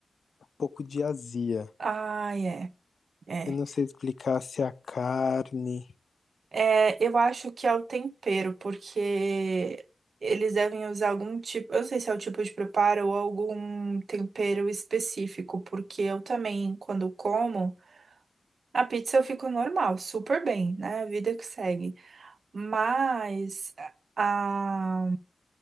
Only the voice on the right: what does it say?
Ai, é, é.
É, eu acho que é o tempero, porque eles devem usar algum tipo, eu não sei se é o tipo de preparo ou algum tempero específico, porque eu também, quando como, a pizza eu fico normal, super bem, né? A vida que segue. Mas a,